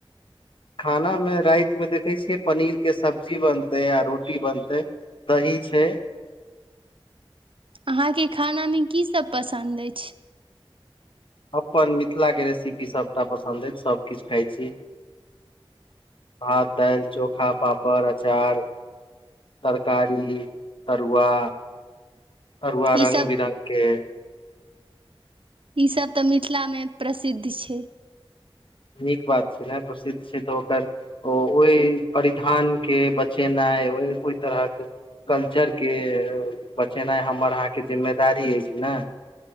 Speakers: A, on the left; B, on the right.
A: खानामे रातमे देखै छियै पनीर के सब्जी बनतै आ रोटी बनतै दही छै
B: अहाँके खानामे कीसब पसन्द अछि
A: अपन मिथिलाके रेसिपी सबटा पसन्द अछि सबकिछ खाइ छी भात दालि चोखा पापड़ अचार तरकारी तरुआ तरुआ
B: ई
A: रंग
B: सब
A: बिरंगके
B: ईसभ तऽ मिथिलामे प्रसिद्ध छै
A: नीक बात छै ने प्रसिद्ध छै तऽ ओकर ओ ओहि परिधानके बचेनाई आई ओइ तरहके कल्चरके बचेनाइ हमर अहाँके जिम्मेदारी अछि ने